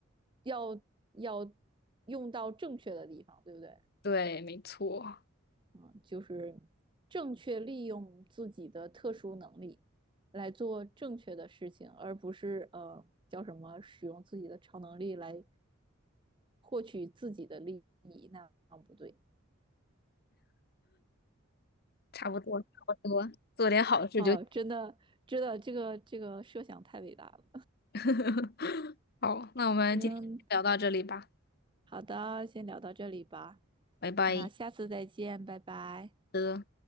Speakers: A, on the right; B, on the left.
A: 要要用到正确的地方，对不对？
B: 对，没错。
A: 嗯，就是正确利用自己的特殊能力来做正确的事情，而不是呃叫什么使用自己的超能力来获取自己的利益，那样不对。
B: 差不多，差不多，做点好事就行。
A: 哦，真的，真的，这个这个设想太伟大了。
B: <laughs> 好，那我们今天聊到这里吧，
A: 嗯，好的，先聊到这里吧，
B: 拜拜
A: 那下次再见，拜拜。
B: 的。